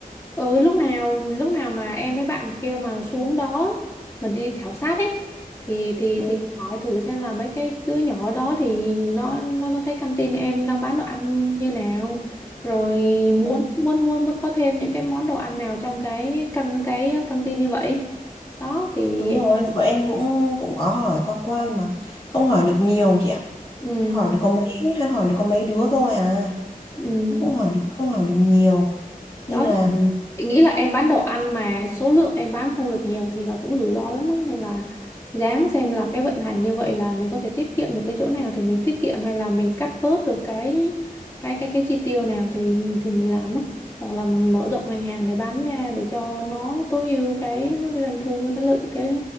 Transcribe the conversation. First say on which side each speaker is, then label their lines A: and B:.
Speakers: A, on the left; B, on the left.
A: ừ lúc nào lúc nào mà em với bạn kia mà xuống đó mà đi khảo sát ấy thì thì
B: Ừ,
A: thì hỏi thử xem là mấy cái đứa nhỏ đó thì nó nó nó thấy căng tin em đang bán đồ ăn như nào rồi muốn
B: ừ,
A: muốn muốn muốn có thêm những cái món đồ ăn nào trong cái căng cái căng tin như vậy đó thì
B: đúng rồi, bọn em cũng cũng có hỏi qua qua nhưng mà không hỏi được nhiều chị ạ.
A: ừ,
B: Hỏi được có mấy hay hỏi được có mấy đứa thôi à.
A: ừ.
B: Cũng không hỏi được không hỏi được nhiều. Nên
A: đó
B: là
A: Chị nghĩ là em bán đồ ăn mà số lượng em bán không được nhiều thì là cũng rủi ro lắm á nên là ráng xem là cái vận hành như vậy là mình có thể tiết kiệm được cái chỗ nào thì mình tiết kiệm hay là mình cắt bớt được cái cái cái cái chi tiêu nào thì thì mình làm á hoặc là mở rộng ngành hàng để bán ra để cho nó tối ưu cái cái doanh thu với cái lợi cái